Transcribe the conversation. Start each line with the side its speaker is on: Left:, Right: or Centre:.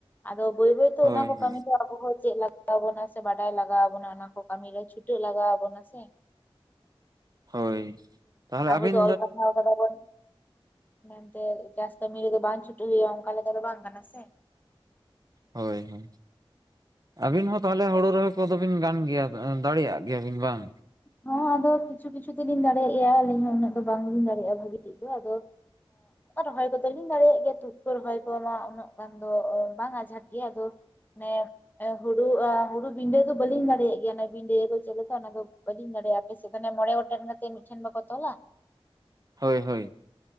Left: ᱟᱫᱚ ᱵᱟᱹᱭ ᱵᱟᱹᱭ ᱛᱮ
Right: ᱦᱳᱭ
Left: ᱚᱱᱟ ᱠᱚ
Right: ᱦᱳᱭ
Left: ᱠᱟᱹᱢᱤ ᱫᱚ ᱟᱵᱚ ᱦᱚᱸ ᱪᱮᱫ ᱞᱟᱜᱟᱣ ᱵᱚᱱᱟ ᱥᱮ ᱵᱟᱰᱟᱭ ᱞᱟᱜᱟᱣ ᱵᱚᱱᱟ ᱚᱱᱟ ᱠᱚ ᱠᱟᱹᱢᱤ ᱨᱮ ᱪᱷᱩᱴᱟᱹᱜ ᱞᱟᱜᱟᱣ ᱟᱵᱚ ᱟᱵᱚᱱᱟ ᱥᱮ
Right: ᱦᱳᱭ ᱛᱟᱦᱚᱞᱮ
Left: ᱟᱵᱚ
Right: ᱟᱹᱵᱤᱱ
Left: ᱫᱚ ᱚᱞᱯᱟᱲᱦᱟᱣ ᱠᱟᱫᱟ ᱵᱚᱱ᱾ ᱢᱮᱱᱛᱮ ᱪᱟᱥ ᱠᱟᱹᱢᱤ ᱨᱮᱫᱚ ᱵᱟᱝ ᱪᱷᱩᱴᱟᱹᱜ ᱦᱩᱭᱩᱜᱼᱟ ᱚᱱᱠᱟ ᱞᱮᱠᱟ ᱫᱚ ᱵᱟᱝ ᱠᱟᱱᱟ ᱥᱮ᱾
Right: ᱦᱳᱭ ᱦᱳᱭ᱾ ᱟᱹᱵᱤᱱ ᱦᱚᱸ ᱛᱟᱦᱚᱞᱮ ᱦᱳᱲᱳ ᱨᱚᱦᱚᱭ ᱠᱚᱫᱚ ᱵᱤᱱ ᱜᱟᱱ ᱜᱮᱭᱟ ᱫᱟᱲᱮᱭᱟᱜ ᱜᱮᱭᱟᱵᱤᱱ ᱵᱟᱝ?
Left: ᱦᱚᱸ ᱟᱫᱚ ᱠᱤᱪᱷᱩ ᱠᱤᱪᱷᱩ ᱫᱚᱞᱤᱧ ᱫᱟᱲᱮᱭᱟᱜ ᱜᱮᱭᱟ, ᱟᱞᱤᱧ ᱦᱚᱸ ᱩᱱᱟᱹᱜ ᱫᱚ ᱵᱟᱝᱞᱤᱧ ᱫᱟᱲᱮᱭᱟᱜᱼᱟ ᱵᱷᱟᱜᱤ ᱴᱷᱤᱠ ᱫᱚ ᱟᱫᱚ ᱨᱚᱦᱚᱭ ᱠᱚᱫᱚ ᱞᱤᱧ ᱫᱟᱲᱮᱭᱟᱜ ᱜᱮᱭᱟ ᱛᱩᱫ ᱠᱚ ᱨᱚᱦᱚᱭ ᱠᱚ ᱢᱟ ᱩᱱᱟᱹᱜ ᱜᱟᱱ ᱫᱚ ᱵᱟᱝ ᱟᱡᱷᱟᱴ ᱜᱮᱭᱟ ᱟᱫᱚ ᱢᱟᱱᱮ ᱦᱩᱲᱩ ᱦᱩᱲᱩ ᱵᱤᱸᱰᱟᱹ ᱫᱚ ᱵᱟᱹᱞᱤᱧ ᱫᱟᱲᱮᱭᱟᱜ ᱜᱮᱭᱟ ᱚᱱᱟ ᱵᱤᱸᱰᱟᱹ ᱫᱚ ᱪᱮᱫ ᱞᱮᱠᱟ ᱚᱱᱟ ᱫᱚ ᱵᱟᱹᱞᱤᱧ ᱫᱟᱲᱮᱭᱟᱜᱼᱟ, ᱟᱯᱮ ᱥᱮᱫ ᱫᱚ ᱚᱱᱮ ᱢᱚᱬᱮ ᱜᱚᱴᱮᱱ ᱠᱟᱛᱮ ᱢᱤᱫᱴᱷᱮᱱ ᱵᱟᱠᱚ ᱛᱚᱞᱟ᱾
Right: ᱦᱳᱭ ᱦᱳᱭ᱾